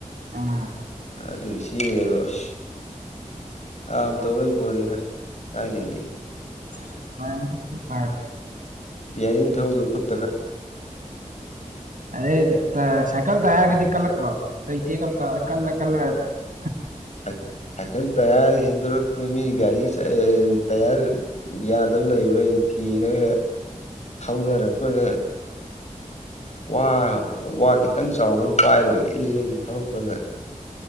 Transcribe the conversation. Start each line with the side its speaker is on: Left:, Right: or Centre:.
Right: ꯑꯥ
Left: ꯑꯗꯨꯒꯤ ꯆꯦꯒꯗꯣ ꯑꯁ ꯌꯥꯝ ꯇꯧꯔꯛꯏꯕꯣꯠꯅꯤꯗ ꯊꯥꯏꯅꯗꯤ
Right: <unintelligible>
Left: ꯕꯤꯌꯥꯔꯤꯡ ꯊꯧꯕꯗ ꯈꯨꯠ
Right: ꯑꯗꯩ ꯇꯥꯏꯌꯔ ꯁꯥꯏꯀꯜꯇ ꯇꯥꯏꯌꯔꯒꯗꯤ ꯀꯟꯂꯛꯇ꯭ꯔꯣ ꯆꯩꯇꯦꯛ ꯑꯝꯇ ꯀꯜꯂ ꯀꯜꯂꯒ ꯇꯧꯕꯗꯣ
Left: ꯁꯥꯢ ꯁꯥꯢꯀꯜ ꯇꯥꯢꯌꯔ ꯍꯦꯟꯗꯣꯔꯣ ꯃꯤ ꯒꯥꯔꯤ ꯆ ꯇꯥꯢꯌꯔ ꯌꯥꯗꯕ ꯂꯩꯕꯗꫭ ꯑꯩꯅꯥ ꯊꯤꯔꯒ ꯊꯧꯅꯔꯛꯄꯗ ꯋꯥ ꯋꯥ ꯈꯤꯇꯪ ꯆꯥꯎꯕ ꯑꯃ ꯄꯥꯏꯔꯒ ꯏꯜ ꯏꯜꯒ ꯊꯧꯔꯛꯄꯗꯥ